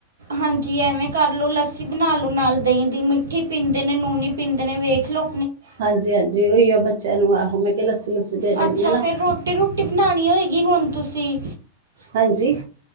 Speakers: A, on the right; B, on the right.
A: ਹਾਂਜੀ ਐਵੇਂ ਕਰ ਲੋ ਲੱਸੀ ਬਣਾ ਲੋ ਨਾਲ ਦਹੀਂ ਦੀ ਮਿੱਠੀ ਪੀਂਦੇ ਨੇ, ਨੂਨੀ ਪੀਂਦੇ ਨੇ ਵੇਖ ਲੋ।
B: ਹਾਂਜੀ, ਹਾਂਜੀ ਉਹੀਓ ਬੱਚਿਆਂ ਨੂੰ ਆਹੋ ਮੈਂ <unintelligible> ਦਿੰਦੀ
A: ਅੱਛਾ
B: ਹਾਂ ਨਾ
A: ਫੇਰ ਰੋਟੀ, ਰੋਟੀ ਬਣਾਉਣੀ ਹੋਏਗੀ ਹੁਣ ਤੁਸੀਂ
B: ਹਾਂਜੀ।